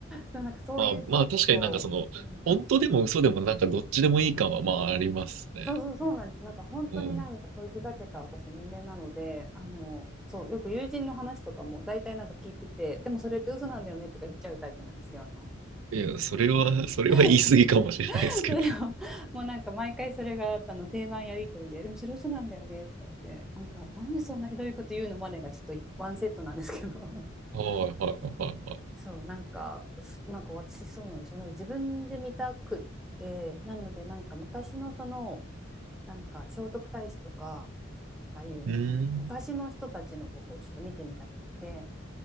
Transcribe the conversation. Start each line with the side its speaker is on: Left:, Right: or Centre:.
Centre: なんかそういうちょっと、
Right: まあ、まあ確かになんかその、
Centre: うん
Right: 本当でも嘘でもなんかどっちでもいい感はまあありますね。
Centre: そうそうそうなんです。なんか本当になんかそういうふざけた私人間なので、
Right: うん。
Centre: あの、そう、よく友人の話とかも大体なんか聞いてて、でもそれって嘘なんだよねとか言っちゃうタイプなんですよ。あの
Right: いや、それは、<laughs> それは言い過ぎかもしれないですけど。
Centre: <laughs>、それをもうなんか毎回それがあの定番やり取りで、でもそれ嘘なんだよねとか言って、なんかなんでそんなひどいこと言うのまでがちょっとワンセットなんですけど。
Right: はいはいはいはい。
Centre: そう、なんか、なんか私そうなんですよ。ね自分で見たくって、なのでなんか昔のその、なんか聖徳太子とか、ああいう昔の人たちのとこをちょっと見てみたくって、
Right: うん。